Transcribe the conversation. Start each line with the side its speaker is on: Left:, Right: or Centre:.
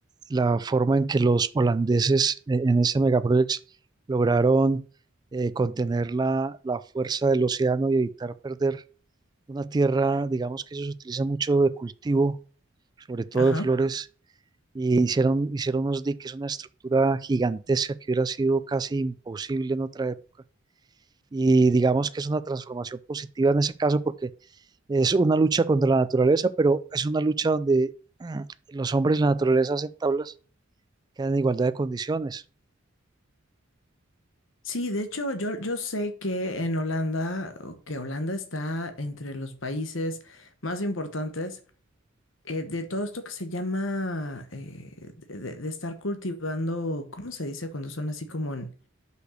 Right: la forma en que los holandeses eh, en ese megaproyecto lograron eh, contener la, la fuerza del océano y evitar perder una tierra, digamos, que ellos utilizan mucho de cultivo, sobre todo
Left: Ajá.
Right: de flores Y hicieron, hicieron unos diques, una estructura gigantesca que hubiera sido casi imposible en otra época. Y digamos que es una transformación positiva en ese caso porque es una lucha contra la naturaleza, pero es una lucha donde mm, los hombres y la naturaleza hacen tablas que dan en igualdad de condiciones,
Left: Sí, de hecho, yo, yo sé que en Holanda, o que Holanda está entre los países más importantes eh, de todo esto que se llama eh, de, de- de estar cultivando, ¿cómo se dice cuando son así como en